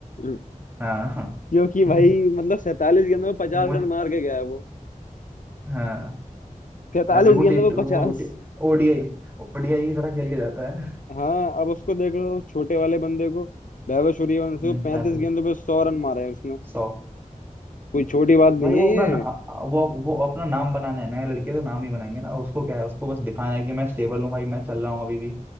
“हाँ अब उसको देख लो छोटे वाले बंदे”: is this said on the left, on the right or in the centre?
Left